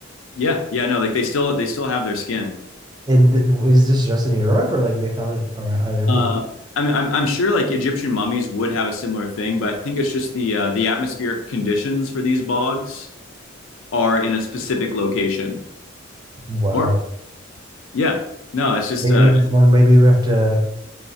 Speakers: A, on the left; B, on the right.
A: yeah, yeah. No, like they still they still have their skin.
B: And th- is this just in Europe or like they found it around everywhere?
A: Uh, I mean, I'm, I'm sure like Egyptian mummies would have a similar thing, but I think it's just the uh, the atmospheric conditions for these bogs are in a specific location.
B: Wow.
A: Or yeah, no, it's just
B: Maybe
A: uh,
B: then maybe we have to